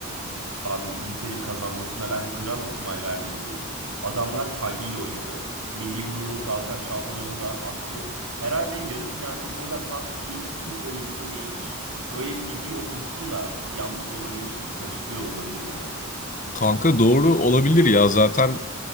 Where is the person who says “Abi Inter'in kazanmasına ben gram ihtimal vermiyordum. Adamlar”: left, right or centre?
Right